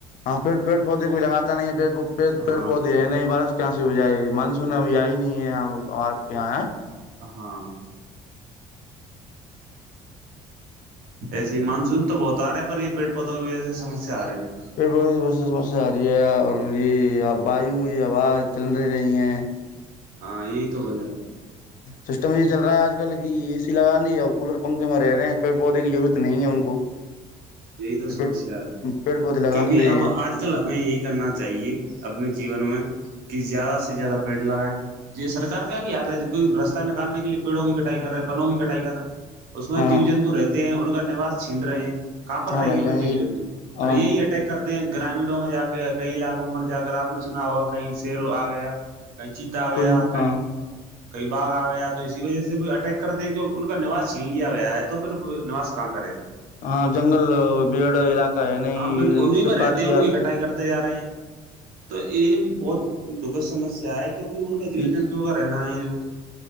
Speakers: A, on the left (about 60°); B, on the right (about 75°).
A: ہاں پھرڑ پڑ پودے کوئی لگاتا نہیں ہے پیڑ
B: ہاں
A: پودے ہے نہیں بارش کہاں سے ہو جائے گی مانسون ابھی آ ہی نہیں ہے آپ یہاں ہے
B: ہاں ایسے مانسون تو بہت آ رہے ہیں پر یہ پیڑ پودوں کی وجہ سے سمسیا آ رہی ہے
A: پیڑ پڑوں کی بس سمسیا آ رہی ہے اور یہ واو یہ ہوا چل رہی ہے
B: ہاں یہی تو وجہ ہے
A: سسٹم یہ چل رہا ہے آج کل کی ا سی لگا لی ہے اور کولر پنکھے میں رہے ہیں پیڑ پودے کی ضرورت نہیں ہے ان کو
B: یہی تو سمسیا
A: پیڑ
B: ہے
A: پیڑ پودے لگا
B: کیونکہ
A: نہیں رہے
B: اب
A: ہیں
B: آج ل ہمیں یہی کرنا چاہیے اپنے جیون میں کہ زیادہ سے زیادہ پیڑ لگائیں یہ سرکار کا بھی یاد ہے کوئی رستہ نکالنے کے لیے پیڑوں کی کٹائی کر رہے ہیں بنوں کی کٹائی کر رہے ہیں اس میں
A: ہاں
B: جیو جنتو رہتے ہیں ان کا نوس چھین رہے ہیں کہاں پر
A: ہاں
B: رہیں
A: بھائی
B: گے
A: جان
B: پھر جیو
A: جی
B: جنتو
A: ہاں
B: پر یہی اٹیک کرتے ہیں گرامینوں میں جا کے کئی علاقوں پر جا کر آپ نے سنا ہوا کہیں شیرو آ گیا کہیں چیتا آ گیا
A: کوئی
B: کہیں
A: ہاں
B: کئی باغ آ گیا تو اسی وجہ سے بھی اٹیک کرتے ہیں جو ان کا نواز چھین لیا گیا ہے تو پھر نواس کہاں کریں گے
A: ہاں جنگل پیڑ علاقہ ہے نہیں
B: ہاں ب انہیں
A: اس سے
B: میں رہتے
A: کاٹ
B: ہیں
A: دیا
B: ان کی کٹائی کرتے جا رہے ہیں تو یہ بھی بہت دکھد سمسیا ہے کیوںکہ ان کا جیو
A: یہ
B: جنتو کا رہنا ہے جو